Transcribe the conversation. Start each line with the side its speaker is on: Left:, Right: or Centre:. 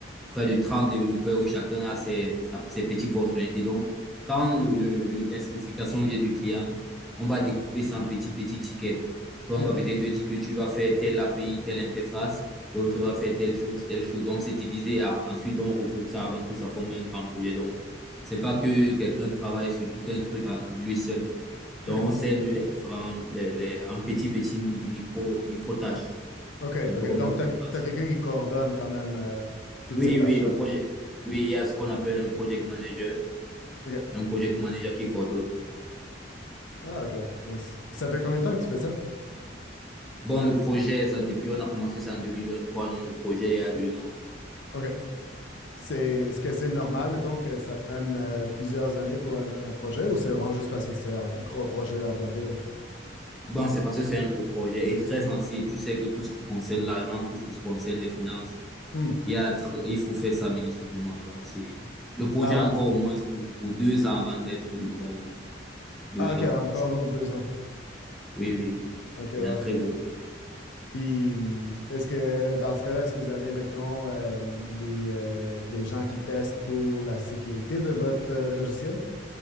Centre: près de 30 développeurs où chacun a ses, sa- ses petites fonctionnalités. Donc, quand le, le, le- la spécification vient du client, on va découper ça en petits, petits tickets. Donc,
Left: hmm,
Centre: on va peut-être dire que tu vas faire telle API, telle interface, l'autre va faire telle chose, telle chose. Donc, c'est divisé. Ah, Ensuite, on regroupe ça avant que ça forme un grand projet. Donc, c'est pas que quelqu'un travaille sur tout un truc à lui seul. Donc,
Left: OK.
Centre: on scinde les différents, les, les, en petits, petits micro, micro tâches.
Left: OK,
Centre: C'est un
Left: OK.
Centre: peu comme
Left: Donc,
Centre: ça que
Left: t'as,
Centre: ça se
Left: t'as quelqu'un
Centre: passe.
Left: qui coordonne quand même euh, toutes
Centre: Oui,
Left: ces tâches-là.
Centre: oui, le projet. Oui, il y a ce qu'on appelle un project manager,
Left: OK.
Centre: un project manager qui coordonne.
Left: Ah, OK. Mais c- ça fait combien de temps que tu fais ça?
Centre: Bon, le projet, ça, depuis, on a commencé ça en 2023, donc le projet, il y a deux ans.
Left: OK. C'est, est-ce que c'est normal, mettons, que ça prenne euh, plusieurs années pour un, un projet ou c'est vraiment juste parce que c'est un gros projet d'envergure?
Centre: Bon, c'est parce que c'est un gros projet et très sensible. Tu sais que tout ce qui concerne l'argent, tout ce qui se concerne les finances,
Left: Hmm.
Centre: il y a, tr- il faut faire ça minutieusement. Donc, c'est, le projet
Left: Ah
Centre: a
Left: ouais.
Centre: encore
Left: je-
Centre: au moins pour, pour deux ans avant d'être déployé. Deux
Left: Ah, OK,
Centre: ans
Left: encore
Centre: au moins.
Left: un autre deux ans.
Centre: Oui, oui, oui. oui.
Left: OK,
Centre: C'est
Left: wow.
Centre: un très gros projet.
Left: Puis, hum, est-ce que dans ce cas-là, est-ce que vous avez, mettons, euh, des, euh, des gens qui testent pour la sécurité de votre euh, logiciel?